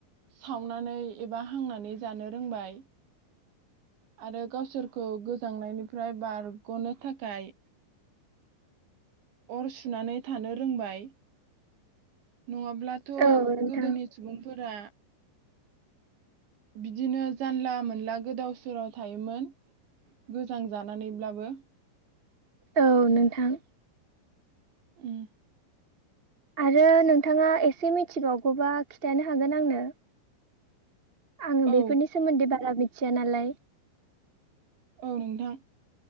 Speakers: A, on the right; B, on the right.
A: सावनानै एबा हांनानै जानो रोंबाय। आरो गावसोरखौ गोजांनायनिफ्राय बारग'नो थाखाय अर सुनानै थानो रोंबाय नङाब्लाथ'
B: औ नोंथां
A: गोदोनि सुबुंफोरा बिदिनो जानला मोनला गोदाव सोराव थायोमोन गोजां जा लानानैब्लाबो।
B: औ नोंथां
A: उम
B: आरो नोंथाङा एसे मिथिबावगौबा खिथानो हागोन आंनो आङो
A: औ
B: बेफोरनि सोमोन्दै बारा <unintelligible> थिया नालाय
A: औ नोंथां।